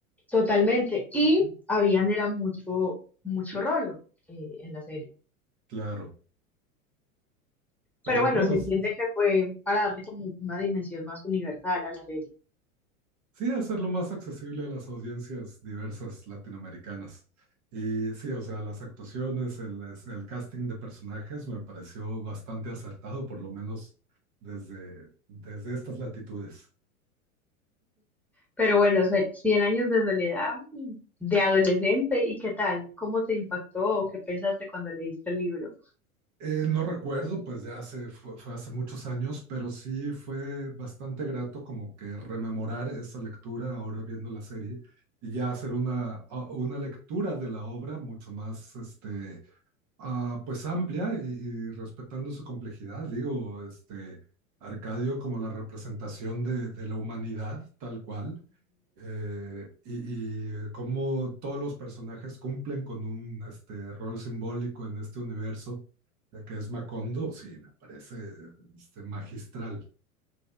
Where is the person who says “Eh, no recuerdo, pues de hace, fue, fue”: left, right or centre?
Right